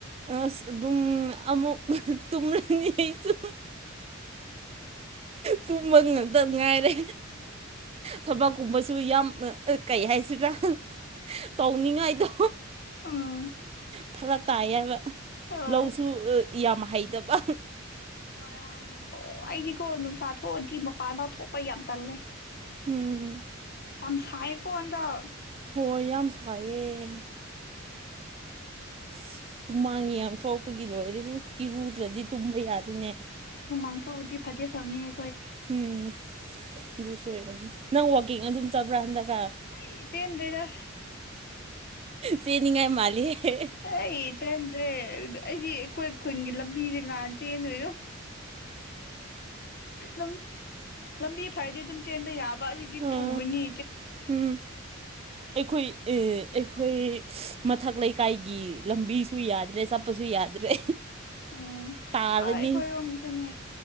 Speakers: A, on the right; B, on the left.
A: ꯑꯁ ꯑꯗꯨꯝ ꯑꯃꯨꯛ ꯇꯨꯝꯔꯅꯤ ꯑꯩꯁꯨ ꯇꯨꯝꯕ ꯉꯥꯛꯇ ꯉꯥꯏꯔꯦ ꯊꯕꯛꯀꯨꯝꯕꯁꯨ ꯌꯥꯝ ꯑ ꯑ ꯀꯩ ꯍꯥꯏꯁꯤꯔꯥ ꯇꯧꯅꯤꯡꯉꯥꯏꯗꯣ
B: ꯎꯝ
A: ꯐꯔꯛ ꯇꯥꯏ ꯍꯥꯏꯕ
B: ꯍꯣꯏ
A: ꯂꯧꯁꯨ ꯌꯥꯝ ꯍꯩꯇꯕ
B: ꯍꯣꯏ ꯍꯥꯏꯔꯅꯨ ꯑꯣ ꯑꯩꯗꯤꯀꯣ ꯅꯨꯡꯁꯥ ꯊꯣꯛꯑꯗꯤ ꯃꯄꯥꯟꯗ ꯊꯣꯛꯄ ꯌꯥꯝ ꯇꯜꯂꯦ
A: ꯎꯝ
B: ꯌꯥꯝ ꯁꯥꯏꯌꯦꯀꯣ ꯍꯟꯗꯛ
A: ꯍꯣ ꯌꯥꯝ ꯁꯥꯏꯌꯦ ꯏꯁ ꯍꯨꯃꯥꯡ ꯌꯥꯝ ꯊꯣꯛꯄꯒꯤ ꯂꯣꯏꯔꯦꯍꯦ ꯏꯔꯨꯗ꯭ꯔꯗꯤ ꯇꯨꯝꯕ ꯌꯥꯗꯦꯅꯦ
B: ꯍꯨꯃꯥꯡ ꯊꯣꯛꯑꯗꯤ ꯐꯗꯤ ꯐꯕꯅꯤꯍꯦ
A: ꯎꯝ ꯑꯗꯨꯁꯨ ꯑꯣꯏꯔꯝꯅꯤ ꯅꯪ ꯋꯥꯀꯤꯡ ꯑꯗꯨꯝ ꯆꯠꯄ꯭ꯥꯔ ꯍꯟꯗꯛꯀ
B: <unintelligible> ꯆꯦꯟꯗꯦꯗ
A: ꯆꯦꯅꯤꯡꯉꯥꯏ ꯃꯥꯂꯦꯍꯦ
B: ꯑꯩ ꯆꯦꯟꯗ꯭ꯔꯦ ꯑꯩꯁꯤ ꯑꯩꯈꯣꯏ ꯈꯨꯟꯒꯤ ꯂꯝꯕꯤꯁꯦ ꯀꯅꯥꯅ ꯆꯦꯟꯗꯣꯏ <unintelligible> ꯂꯝꯕꯤ ꯐꯔꯗꯤ ꯑꯗꯨꯝ ꯆꯦꯟꯕ ꯌꯥꯕ ꯑꯁꯤꯗꯤ
A: ꯎꯝ
B: ꯇꯨꯔꯅꯤ
A: ꯎꯝ ꯑꯩꯈꯣꯏ ꯑꯦ ꯑꯩꯈꯣꯏ ꯃꯊꯛ ꯂꯩꯀꯥꯏꯒꯤ ꯂꯝꯕꯤꯁꯨ ꯌꯥꯗ꯭ꯔꯦ ꯆꯞ ꯄꯁꯨ ꯌꯥꯗ꯭ꯔꯦ
B: ꯎꯝ
A: ꯇꯥꯔꯅꯤ
B: ꯑꯥ ꯑꯩꯈꯣꯏꯔꯣꯝꯒꯤꯁꯨꯅꯦ